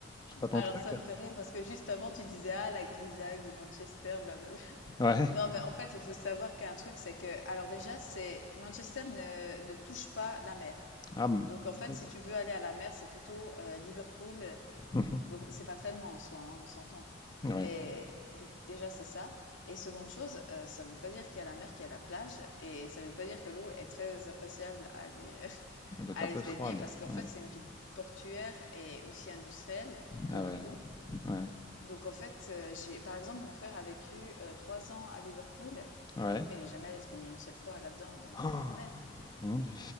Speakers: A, on the left (about 20°); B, on the left (about 75°).
A: c'est pas ton
B: alors
A: truc.
B: ça me fait rire parce que juste avant tu disais: «Ah, la grisaille de Manchester, blablabla.
A: Ouais.
B: Non, mais en fait, il faut savoir qu'un truc, c'est que, alors déjà, c'est Manchester ne, ne touche pas la mer.
A: Ah, bon.
B: Donc, en fait,
A: Flûte.
B: si tu veux aller à la mer, c'est plutôt euh, Liverpool.
A: Mhm. <laughs>
B: Donc, c'est pas très loin en soi, hein, on s'entend.
A: Oui.
B: Mais donc déjà, c'est ça. Et seconde chose, euh, ça veut pas dire qu'il y a la mer, qu'il y a la plage, et ça veut pas dire que l'eau est très appréciable à aller, <laughs>
A: Elle doit
B: à
A: être
B: aller
A: un peu
B: se baigner,
A: froide.
B: parce qu'en
A: Ouais.
B: fait, c'est une ville portuaire et aussi industrielle pour
A: Ah
B: le
A: ouais.
B: coup.
A: Ouais.
B: Donc en fait, euh, j'ai, par exemple, mon frère a vécu euh, trois ans à Liverpool.
A: Ouais.
B: Mais il est jamais allé se baigner une seule fois là-dedans, dans,
A: Oh,
B: dans la mer. hein.
A: mon Dieu.